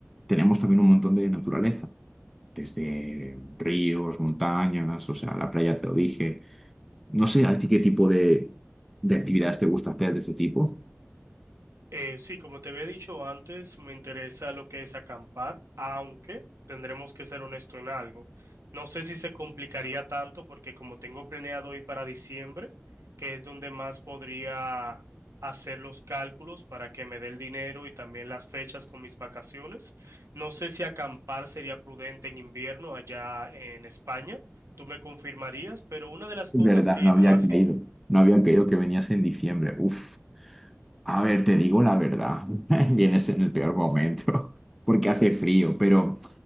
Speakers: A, in the centre; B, on the right (about 80°).
A: tenemos también un montón de naturaleza desde ríos, montañas, o sea, la playa te lo dije, no sé a ti qué tipo de, de actividades te gusta hacer de ese tipo.
B: Eh, sí, como te había dicho antes, me interesa lo que es acampar, aunque tendremos que ser honesto en algo. No sé si se complicaría tanto porque como tengo planeado ir para diciembre, que es donde más podría hacer los cálculos para que me dé el dinero y también las fechas con mis vacaciones, no sé si acampar sería prudente en invierno allá en España. Tú me confirmarías, pero una de las
A: Es
B: cosas
A: Verdad,
B: que
A: no había
B: más...
A: caído.
B: in-
A: No había caído que venías en diciembre. Uf. A ver, te digo la verdad. <laughs> Vienes en el peor momento <laughs> porque hace frío, pero